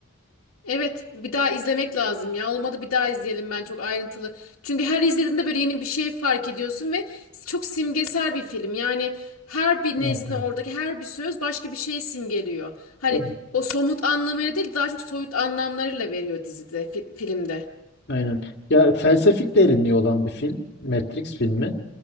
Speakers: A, on the left; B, on the left.
A: Evet, bir daha izlemek lazım ya. Olmadı bir daha izleyelim ben çok ayrıntılı. Çünkü her izlediğinde böyle yeni bir şey fark ediyorsun ve çok simgesel bir film. Yani her bir
B: Evet,
A: nesne
B: evet.
A: oradaki her bir söz başka bir şeyi simgeliyor. Hani
B: Evet,
A: o somut anlamıyla değil daha çok soyut anlamlarıyla veriyor dizide, fi- filmde.
B: Aynen. Ya felsefik derinliği olan bir film. Matrix filmi.